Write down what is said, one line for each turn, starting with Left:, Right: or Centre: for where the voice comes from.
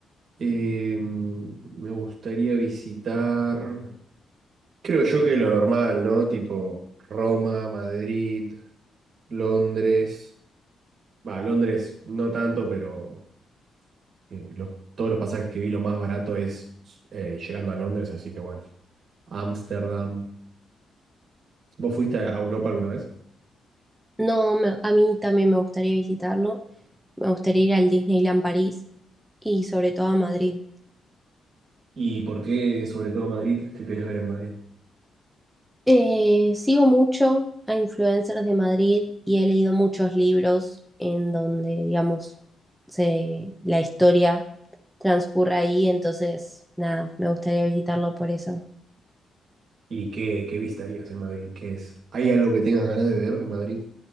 Right: Eh, me gustaría visitar, creo yo que lo normal, ¿no? Tipo Roma, Madrid, Londres. Va, Londres no tanto, pero eh, los- todos los pasajes que vi lo más barato es eh, llegando a Londres, así que bueno. Ámsterdam. ¿Vos fuiste a Europa alguna vez?
Centre: No, me- a mí también me gustaría visitarlo. Me gustaría ir al Disneyland París y sobre todo a Madrid.
Right: ¿Y por qué, sobre todo Madrid? ¿Qué querés ver en Madrid?
Centre: Eh, sigo mucho a influencers de Madrid y he leído muchos libros en donde, digamos, se, la historia transcurre ahí. Entonces, nada, me gustaría visitarlo por eso.
Right: ¿Y qué, qué visitarías en Madrid? ¿Qué es? ¿Hay algo que tengas ganas de ver en Madrid?